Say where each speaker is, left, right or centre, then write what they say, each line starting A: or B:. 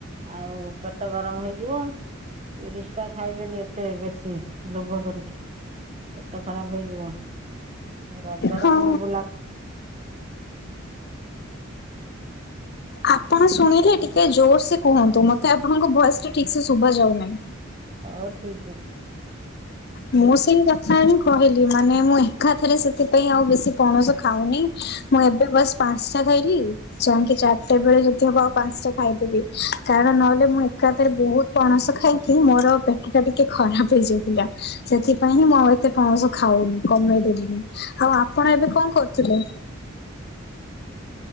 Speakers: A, on the right; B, on the left.
A: ଆଉ ପେଟ ଗରମ ହେଇଯିବ ତିରିଶଟା ଖାଇବେନି ଏତେ ବେଶୀ- ଲୋଭ କରିକି ପେଟ ଖରାପ ହେଇଯିବ ରଜର
B: ହଁ
A: ପୁଣି ବୁଲା-
B: ଆପଣ ଶୁଣିଲେ ଟିକେ ଜୋରସେ କୁହନ୍ତୁ ମତେ ଆପଣଙ୍କ ଭୟସଟା ଠିକସେ ଶୁଭା ଯାଉନାଇଁ।
A: ହଉ ଠିକ ଅଛି
B: ମୋ ସାଙ୍ଗେ କଥା ହେବେ - କହିଲି ମାନେ ମୁଁ ଏକାଥରେ ସେଥିପାଇଁ ଆଉ ବେଶୀ ପଣସ ଖାଉନି- ମୁଁ ଏବେ ବାସ ପାଂସଟା ଖାଇଲି ଯାଇକି ଚାରିଟା ବେଳେ ଯଦି ହବ ଆଉ ପାଂସଟା ଖାଇଦେବି କାରଣ ନହେଲେ ମୁଁ ଏକାଥରେ ବହୁତ ପଣସ ଖାଇକି ମୋର ପେଟୁଟା ଟିକେ ଖରାପ ହେଇଯାଇଥିଲା। ସେଇଥି ପାଇଁ ହିଁ ମୁଁ ଆଉ ଏତେ ପଣସ ଖାଉନି କମେଇ ଦେଲିଣି, ଆଉ ଆପଣ ଏବେ କଣ କରୁଥିଲେ?